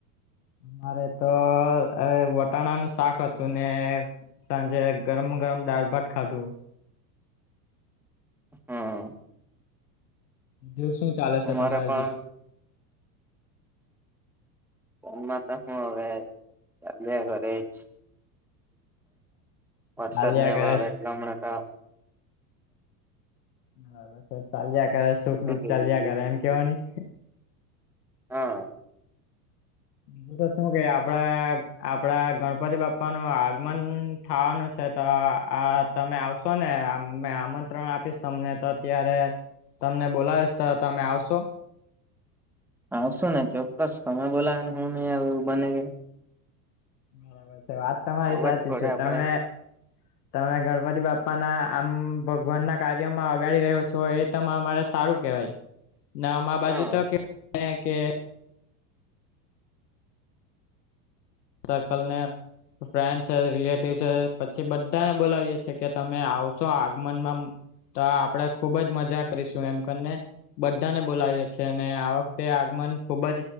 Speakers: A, on the left; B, in the centre.
A: મારે તો વટાણા નું શાક હતું ને સાંજે ગરમ ગરમ દાળ ભાત ખાધું
B: હમ
A: દવ શું ચાલે છે
B: અમારે
A: તમારે
B: પણ
A: જે
B: ફનમાં તો હું હવે ચાલ્યા ઘ જ વરસાદને
A: ચાલ્યા કરે
B: વાવે એટલે હમણાં
A: બરાબર સર ચાલ્યા કરે સુખ
B: શું
A: દુઃખ
B: કહી
A: ચાલ્યા
B: દીધું
A: કરે એમ કેવો નહી
B: હા
A: એું તો શું કે આપડા આપડા ગણપતિ બાપા નું આગમન થવાનું છે તો આ તમે આવશો ને આમંત્રણ આપીશ તમને તો અત્યારે તમને બોલાવેશ તો તમે આવશો
B: આવશો ને ચોક્કસ તમે બોલાને હું નહી આવ એવું બને ગય
A: બરાબર છે વાત તમારી
B: અવાજ
A: સાચી
B: પડે
A: છે
B: આપડે
A: તમે તમે ગણપતિ બાપા ના આમ ભગવાન ના કાર્યમાં અગાડી રહ્યો છો એ ત અરે સારું કેવાય નામા બાજુ
B: હા
A: તો કે કે સરર્કલ ને ફ્રેન્ડ છે રિલેટિવ છે પછી બધાને બોલાવીએ છેએ કે તમે આવશો આગમનમાં તો આપડે ખુબ જ મજા કરીશું એમ કરીને બધાને બોલાવીએ છીએ અને આ વખતે આગમન ખુબ જ